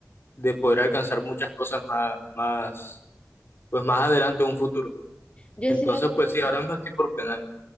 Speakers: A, on the left; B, on the left.
A: de poder alcanzar muchas cosas más, más, pues más adelante en un futuro.
B: Yo
A: Entonces,
B: estoy de acuerdo
A: pues sí, ahora mismo estoy por penal.